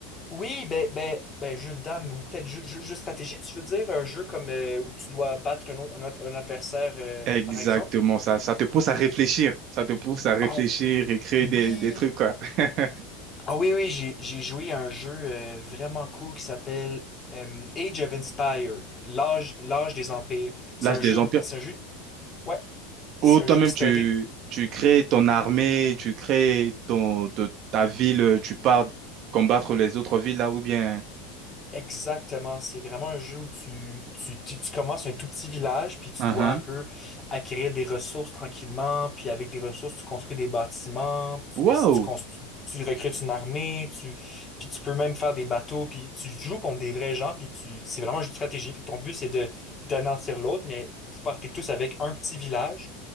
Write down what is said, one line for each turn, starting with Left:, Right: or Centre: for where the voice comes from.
Left: Oui, ben, ben, ben, jeu de dame ou peut-être jeu, jeu- jeu de stratégie, tu veux dire un jeu comme euh, où tu dois battre un autre, un autre- un adversaire, euh,
Right: Exactement,
Left: par exemple?
Right: ça, ça te pousse à réfléchir, ça te pousse à réfléchir
Left: Ah
Right: et créer
Left: oui!
Right: des, des trucs, quoi. <laughs>
Left: Ah oui, oui, j'ai, j'ai joué à un jeu euh, vraiment cool qui s'appelle euh, Age of Empire, l'âge, l'âge des empires. C'est
Right: L'âge
Left: un
Right: des
Left: jeu,
Right: empires.
Left: c'est un jeu, ouais, c'est
Right: Ou toi-même,
Left: un jeu historique.
Right: tu, tu crées ton armée, tu crées ton, te- ta ville, tu pars combattre les autres villes là, ou bien.
Left: Exactement, c'est vraiment un jeu où tu, tu, tu, tu commences un tout petit village, puis tu
Right: Uhum.
Left: dois un peu acquérir des ressources tranquillement, puis avec des ressources, tu construis des bâtiments, tu, décides-
Right: Waouh!
Left: tu, construis- tu recrutes une armée, tu, puis tu peux même faire des bateaux, puis tu joues contre des vrais gens, puis tu, c'est vraiment un jeu de stratégie, puis ton but c'est de d'anéantir l'autre, mais vous partez tous avec un petit village,